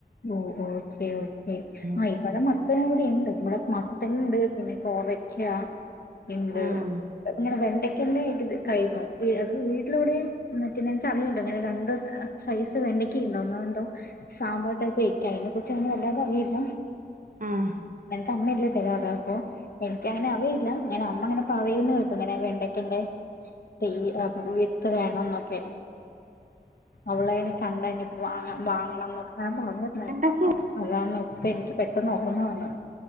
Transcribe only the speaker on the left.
ഓഹ് ഓക്കെ ഓക്കെ
ആയ് ഇവടെ മത്തനു കുടി ഇണ്ട് ഇവടെ മത്തൻണ്ട് പിന്ന കോവയ്ക്ക്യാ ഇണ്ട്
ഇങ്ങനെ വെണ്ടയ്ക്കന്റെ ഇത് കയിഞ്ഞു അത് വീട്ടിലെവിടെ മറ്റേനച്ച അറിയാലൊ ഇങ്ങനെ രണ്ട് സൈസ് വെണ്ടക്കേണ്ടോന്ന് എന്തൊ സാമ്പാർ വെക്കാൻ അനെകുറിച്ച് അനെ വല്ലാതെ അറിയില്ല
നക്ക് അമ്മല്ലേ തരാറ് അപ്പൊ എനിക്കങ്ങനെ
അറിയില്ല ഞാൻ അമ്മ ഇങ്ങനെ പറയുന്ന്‌ കേട്ടു ഇങ്ങനെ വെണ്ടക്കെന്റെ <unintelligible> ത്ത്
വേണം ന്നൊക്കെ അവളതിന് കണ്ട പ്പ വാങ്ങ വാങ്ങണം എന്നൊക്കെ ഞാൻ പറഞ്ഞിട്ടരുന്നായിരുന്നു
അമ്മത് അതാണ് ഇപ്പൊ എനിക്ക് പെട്ടെന്ന് ഓർമ്മ വന്ന്